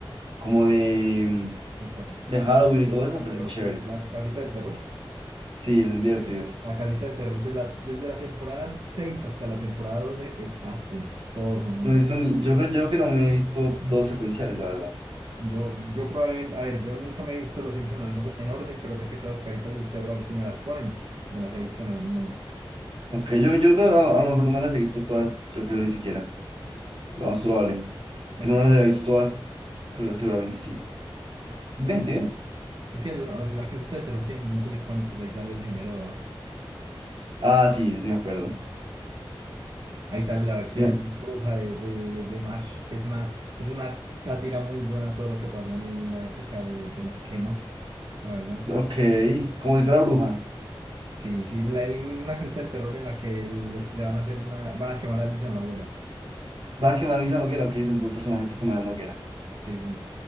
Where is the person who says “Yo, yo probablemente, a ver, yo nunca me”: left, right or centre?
Right